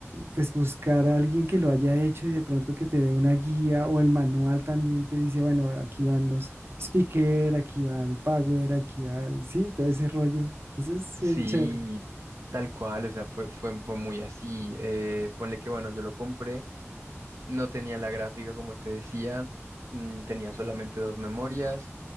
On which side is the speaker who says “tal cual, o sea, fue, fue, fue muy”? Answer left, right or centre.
Right